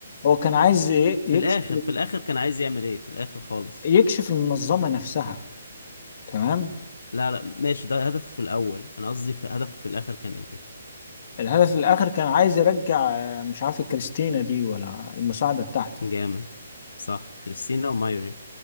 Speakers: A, on the left; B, on the left.
A: هو كان عايز ي-
B: في
A: يكشف
B: الاخر في الاخر كان عايز يعمل ايه في الاخر خالص
A: يكشف المنظمة نفسها تمام
B: لا لا ماشي ده هدف في الاول انا قصدي في هدفه في الاخر كان ايه
A: الهدف الآخر كان عايز يرجع آه، مش عارف كريستينا دي ولا المساعدة بتاعته
B: جامد صح كريستينا ومايري